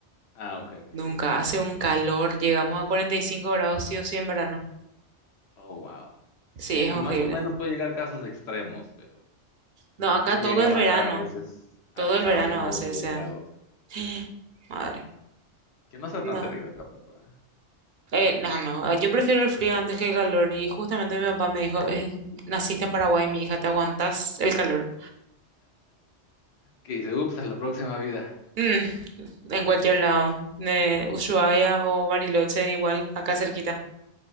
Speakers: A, on the left; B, on the right.
A: Ah, ok, ok.
B: Nunca
A: Sí, pues muy.
B: hace un calor, llegamos a 45 grados sí o sí en verano.
A: Oh, wow.
B: Sí,
A: Sí, aquí
B: es horrible.
A: más o menos puede llegar casos extremos, pero
B: No,
A: aquí
B: acá
A: sí
B: todo
A: llega
B: el
A: a bajar
B: verano,
A: a veces a,
B: todo el
A: a
B: verano
A: unos
B: hace
A: 10
B: ese...
A: grados,
B: <gasps> Madre.
A: que no está
B: No.
A: tan terrible tampoco. ¿eh?
B: Eh, no, no, ah, yo prefiero el frío antes que el calor y justamente mi papá me dijo, "Es- naciste en Paraguay, mi hija, te aguantas el calor.
A: Que dice, ups, a la próxima vida.
B: Mm, en cualquier lado, de Ushuaia o Bariloche, igual, acá cerquita.